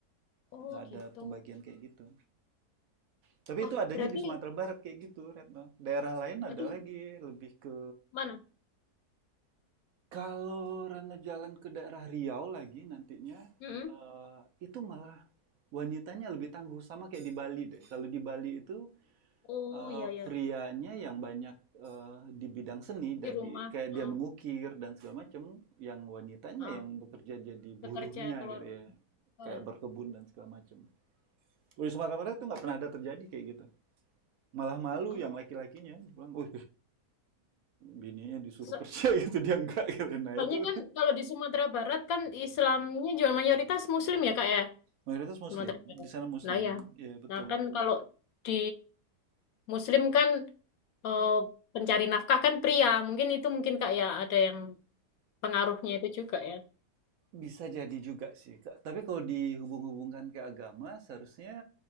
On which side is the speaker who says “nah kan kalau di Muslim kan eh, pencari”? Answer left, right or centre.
Left